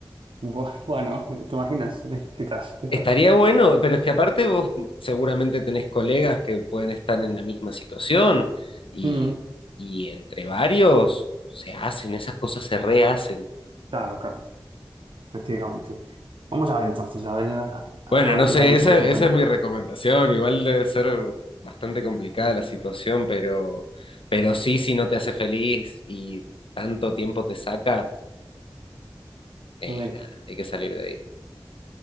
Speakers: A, on the right; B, on the left.
A: Bu- Bueno, ¿te imaginas? <laughs> Eh, Quizás, quizás.
B: Estaría bueno, pero es que aparte vos seguramente tenés colegas que pueden estar en la misma situación y,
A: Mm.
B: y entre varios se hacen, esas cosas se rehacen.
A: Claro, claro, efectivamente. Vamos a ver entonces, a ver, a, a
B: Bueno,
A: ver
B: no
A: qué
B: sé,
A: tal y
B: esa,
A: te voy contando.
B: esa es mi recomendación. Igual debe ser bastante complicada la situación, pero, pero sí, si no te hace feliz y tanto tiempo te saca, eh,
A: Muy bien.
B: nada, hay que salir de ahí.